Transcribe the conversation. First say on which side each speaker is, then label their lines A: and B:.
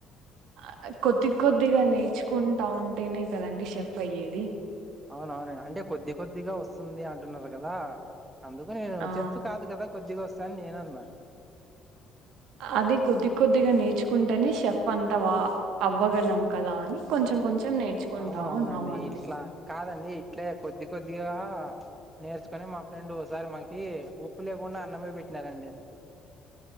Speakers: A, on the right (about 60°); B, on the right (about 15°).
A: ఆ కొద్ది కొద్దిగా నేర్చుకుంటా ఉంటేనే కదండి, షెఫ్ అయ్యేది
B: అవునవును, అంటే కొద్ది కొద్దిగా వస్తుంది అంటున్నారు కదా? అందుకు నేను
A: ఆ
B: షేఫ్ కాదు కదా, కొద్దిగా వస్తాను అని నేను అన్నా.
A: అది కొద్ది కొద్దిగా నేచు కుంటేనే షేఫ్ అంటావా అవ్వగలం కదా అని, కొంచెం కొంచెం నేర్చుకుంటా
B: అవునవునండి,
A: ఉన్నామండి.
B: ఇట్లా కాదండి, ఇట్లే కొద్ది కొద్దిగా. అ నేర్చుకొని, మా ఫ్రెండ్ ఒకసారి మాకి ఉప్పు లేకుండా అన్నమే పెట్టినారండీ. <inaudible>